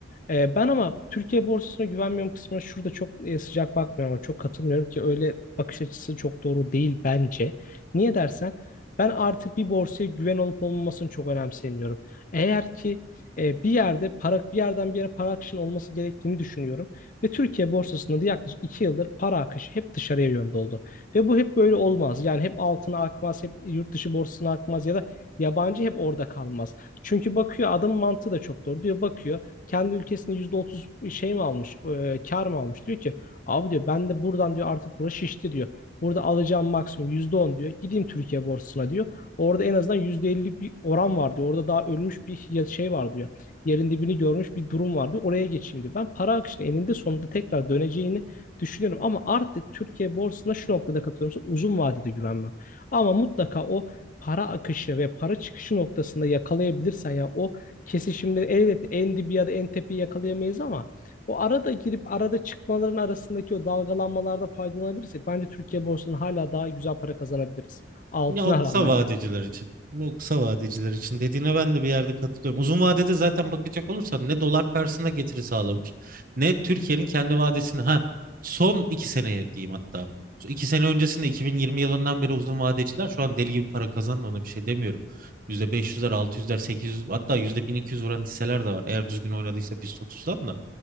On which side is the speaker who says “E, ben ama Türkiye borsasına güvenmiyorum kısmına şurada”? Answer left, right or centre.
Left